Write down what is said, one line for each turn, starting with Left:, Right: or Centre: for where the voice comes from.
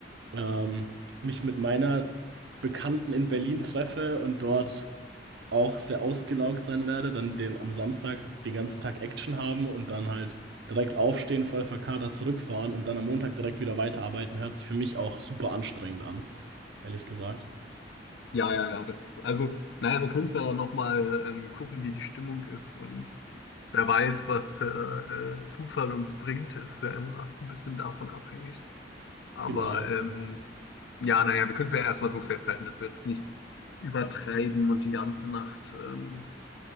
Right: ähm, mich mit meiner Bekannten in Berlin treffe und dort auch sehr ausgelaugt sein werde, dann den am Samstag den ganzen Tag Action haben und dann halt direkt aufstehen, voll verkadert zurückfahren und dann am Montag direkt wieder weiterarbeiten, hört sich für mich auch super anstrengend an, ehrlich gesagt.
Left: Ja, ja, ja, das, also, naja, wir können es ja dann nochmal ähm, gucken, wie die Stimmung ist und wer weiß, was äh, äh, Zufall uns bringt, ist ja immer ein bisschen davon abhängig. Aber
Right: Genau,
Left: ähm,
Right: genau.
Left: ja, naja, wir können es ja erstmal so festhalten, dass wir jetzt nicht übertreiben und die ganze Nacht ähm,